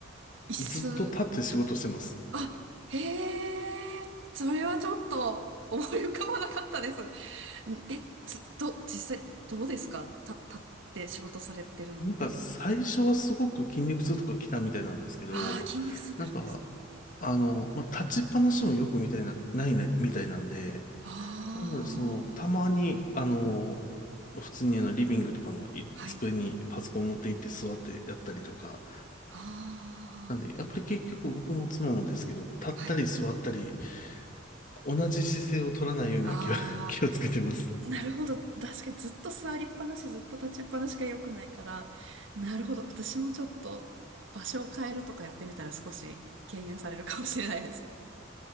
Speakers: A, on the right; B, on the left.
A: 椅子。
B: ずっと立って仕事してます。
A: あ、へえ、それはちょっと、思い浮かばなかったです。んえ、つ、ど、実際、どうですかた、立って仕事されてるのって。
B: なんか最初はすごく筋肉痛とか来たみたいなんですけど、
A: ああ、筋肉痛になるんです。
B: なんか、あの、まあ、立ちっぱなしもよくみたいな、ないな、みたいなんで、
A: ああ、
B: なのでその、たまに、あの、普通にあのリビングとかのい机にパソコン持って行って座ってやったりとか、
A: はい。ああ、
B: なんで、やっぱり結局僕も妻もですけど、立ったり座ったり、
A: はい。
B: 同じ姿勢を取らないような気を、
A: あ
B: <laughs> 気をつけてます。
A: あ、なるほど。確かにずっと座りっぱなし、ずっと立ちっぱなしが良くないから。なるほど。私もちょっと場所を変えるとかやってみたら少し軽減されるかもしれないですね。